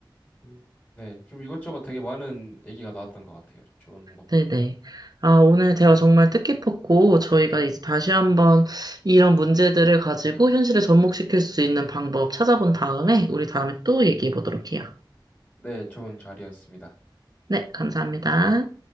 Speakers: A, on the left; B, on the right.
A: 음. 네, 좀 이것저것 되게 많은 얘기가 나왔던 것 같아요. 좋은 방법들이.
B: 네네. 아, 오늘 대화 정말 뜻깊었고, 저희가 이제 다시 한번 이런 문제들을 가지고 현실에 접목시킬 수 있는 방법 찾아본 다음에, 우리 다음에 또 얘기해 보도록 해요.
A: 네, 좋은 자리였습니다.
B: 네, 감사합니다.